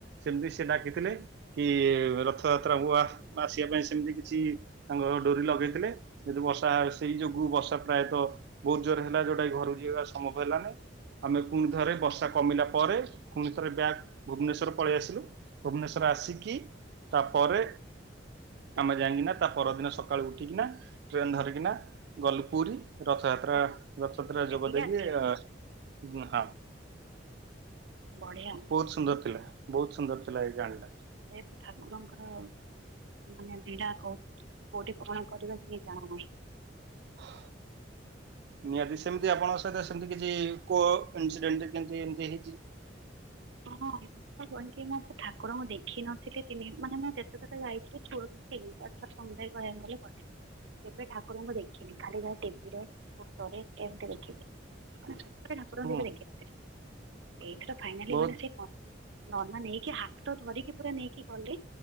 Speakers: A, on the right; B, on the right.
A: ସେମ୍ତି ସେ ଡାକିଥିଲେ କି ରଥଯାତ୍ରାକୁ ଆସିବା ପାଇଁ ସେମ୍ତି କିଛି ତାଙ୍କ ଡୋରି ଲଗେଇଥିଲେ, ଯଦି ବର ଷା ସେଇ ଯୋଗୁ ବର୍ଷା ପ୍ରାୟତଃ ବହୁତ୍ ଜୋରେ ହେଲା, ଯୋଉଟା କି ଘରକୁ ଯିବା ସମ୍ଭବ ହେଲା ନାହିଁ। ଆମେ ପୁଣି ଥରେ ବର୍ଷା କମିଲା ପରେ ପୁଣି ଥରେ ବ୍ୟାକ୍ ଭୁବନେଶ୍ଵର ପଳେଇ ଆସିଲୁ। ଭୁବନେଶ୍ୱର ଆସିକି ତାପରେ ଆମେ ଯାଇଁକିନା ତା ପରଦିନ ସକାଳୁ ଉଠିକିନା ଟ୍ରେନ୍ ଧରି କିନା ଗଲୁ ପୁରୀ ରଥଯାତ୍ରା-ରଥଯାତ୍ରା
B: ଓହ ଦେଖିକି
A: ଯୋଗ ଦେଇକି
B: ଆସିଲେ
A: ଅ <unintelligible>
B: ବଢିଆ।
A: ହଁ। ସୁନ୍ଦର୍ ଥିଲା ବହୁତ୍ ସୁନ୍ଦର୍ ଥିଲା ଏଇ ଗାଁ ଟା।
B: ସେ ଠାକୁରଙ୍କର ମାନେ ଲୀଳାକୁ କୋଉଠି କଣ କରିବା କିଛି <unintelligible>
A: ହ ନିହାତି ସେମ୍ତି ଆପଣଙ୍କ ସହିତ ସେମ୍ତି କିଛି କୋ ଇନସିଡେଣ୍ଟ କେମ୍ତି ଏମ୍ତି ହେଇଚି?
B: ହଁ। <unintelligible> ମୁଁ ସେ ଠାରଙ୍କୁ ଦେଖିନଥିଲି, ମାନେ ମୁଁ ଯେତେଥର ଯାଇଥିଲି ଛୁଆ <unintelligible> ସମୁଦାୟ କହିବାକୁ ଗଲେ ଗୋଟେ। କେବେ ଠାକୁରଙ୍କୁ ଦେଖିନି, ଖାଲି ଯାହା ଟିଭିରେ, ଫୋଟୋରେ ଏମ୍ତି ଦେଖିଚି। <unintelligible> ଠାକୁରଙ୍କୁ
A: ହୁଁ
B: <unintelligible> ଦେଖିନଥିଲି, ଏଇଥର ଫାଇନାଲି
A: ବହୁତ
B: ମାନେ ହଁ ନନା ନେଇକି ହାତ ଧରିକି ପୁରା ନେଇକି ଗଲେ,